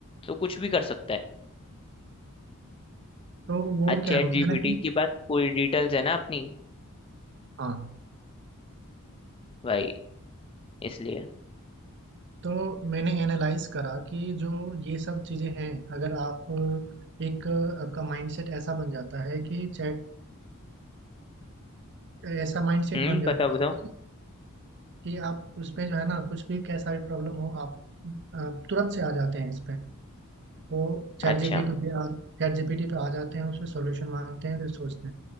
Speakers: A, on the left (about 25°); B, on the right (about 50°).
A: तो कुछ भी कर सकता है
B: तो वो
A: आज
B: क्या
A: चैट
B: होता
A: जीपीटी
B: है ना कि
A: के पास पूरी डिटेल्स है ना अपनी
B: हाँ
A: भाई इसलिए
B: तो मैंने एनालाइज करा कि जो ये सब चीजें हैं अगर आप एक आपका माइंडसेट ऐसा बन जाता है कि चैट ऐसा माइंडसेट
A: हम्म
B: बन जाता
A: बताओ बताओ
B: है कि आप उस पे जो है ना कुछ भी कैसा भी प्रॉब्लम हो आप, आप तुरंत से आ जाते हैं इस पे तो चैट
A: अच्छा
B: जीपीटी पे आ चैट जीपीटी पे आ जाते हैं उसमें सॉल्यूशन मांगते हैं फिर सोचते हैं